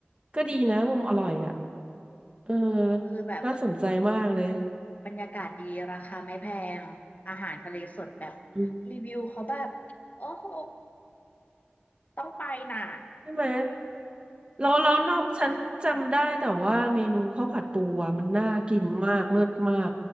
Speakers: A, on the right (about 25°); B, on the left (about 45°).
A: ก็ดีนะมุมอร่อยอ่ะเออ
B: เราคือแบบ
A: น่าสนใจมากเลย
B: บรรยากาศดีราคาไม่แพงอาหารทะเลสดแบบ
A: อืม
B: รีวิวเขาแบบโอ้โหต้องไปน่ะ
A: ใช่ไหมเราเราเราฉันจำได้แต่ว่าเมนูข้าวผัดปูอะมันน่ากินมากเลิศมาก